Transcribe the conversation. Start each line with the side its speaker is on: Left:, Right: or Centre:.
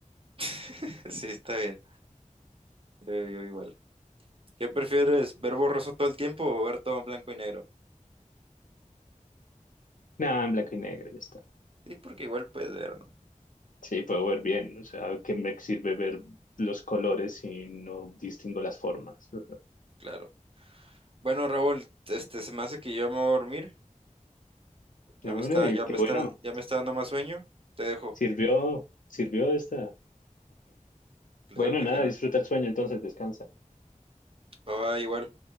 Right: <laughs> Sí, está bien. Yo, yo igual. ¿Qué prefieres, ver borroso todo el tiempo o ver todo en blanco y negro?
Left: Nada, en blanco y negro, ya está.
Right: Sí, porque igual puedes ver, ¿no?
Left: Sí, puedo ver bien, o sea, ¿qué me sirve ver los colores si no distingo las formas? <laughs> Ajá.
Right: Claro. Bueno, Raúl, este, se me hace que yo me voy a dormir. Ya
Left: Hombre,
Right: me está, ya
Left: qué
Right: me está,
Left: bueno,
Right: ya me está dando más sueño. Te dejo.
Left: sirvió, sirvió esta.
Right: Claro
Left: Bueno,
Right: que
Left: nada,
Right: sirve.
Left: disfruta el sueño, entonces descansa.
Right: Bye, bye, igual.